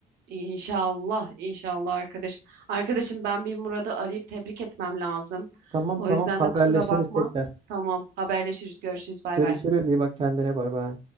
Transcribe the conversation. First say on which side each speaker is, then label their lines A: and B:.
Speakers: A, on the right (about 65°); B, on the right (about 30°).
A: İnşallah, inşallah arkadaşım. Arkadaşım ben bir Murat'ı arayıp tebrik etmem lazım.
B: Tamam
A: O
B: tamam
A: yüzden
B: haberleşiriz
A: de kusura bakma.
B: tekrar.
A: Tamam, haberleşiriz, görüşürüz, bay
B: Görüşürüz
A: bay.
B: iyi bak kendine bay bay.